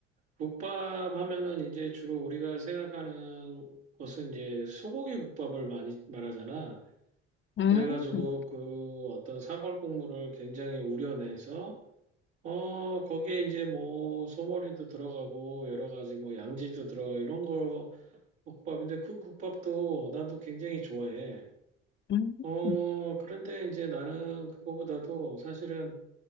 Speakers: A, on the right; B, on the left.
A: 국밥 하면은 이제 주로 우리가 생각하는 것은 이제 소고기 국밥을 많이 말하잖아.
B: 음,
A: 그래가지고 그 어떤 사골 국물을 굉장히 우려내서 어 거기에 이제 뭐 소머리도 들어가고 여러 가지 뭐 양지도 들어 이런 거 국밥인데 그 국밥도 나도 굉장히 좋아해.
B: 음.
A: 어
B: 음.
A: 그런데 이제 나는 그거보다도 사실은